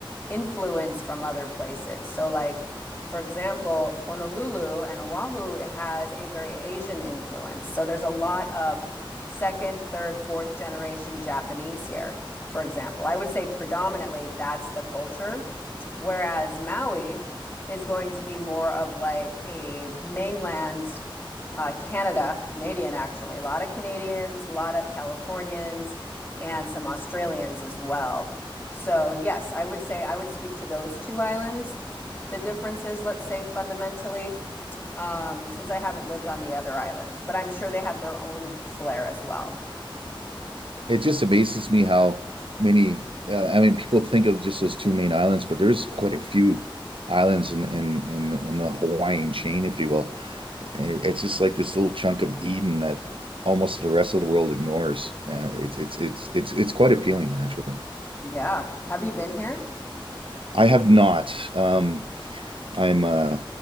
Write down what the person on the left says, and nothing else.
influence from other places. So like, for example, Honolulu and Oahu has a very Asian influence. So there's a lot of second, third, fourth generation Japanese here, for example. I would say predominantly that's the culture, whereas Maui is going to be more of like a mainland uh, Canada, Canadian actually, a lot of Canadians, a lot of Californians, and some Australians as well. So, yes, I would say I would speak to those two islands. The differences, let's say fundamentally, um, since I haven't lived on the other islands, but I'm sure they have their own flair as well.
Yeah. Have you been here? <laughs>